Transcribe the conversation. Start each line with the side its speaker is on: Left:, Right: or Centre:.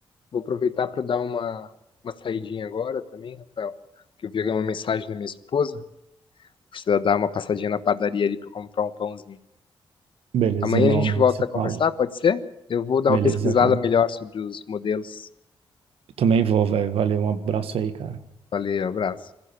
Left: vou aproveitar para dar uma, uma saidinha agora também, Rafael, que eu vi uma mensagem da minha esposa. Precisa dar uma passadinha na padaria ali para comprar um pãozinho.
Right: Beleza,
Left: Amanhã
Right: irmão,
Left: a gente
Right: a gente
Left: volta
Right: se
Left: a
Right: fala.
Left: conversar, pode ser? Eu vou dar
Right: Beleza,
Left: uma pesquisada
Right: cara.
Left: melhor sobre os modelos.
Right: Eu também vou, velho. Valeu, um abraço aí, cara.
Left: Valeu, abraço.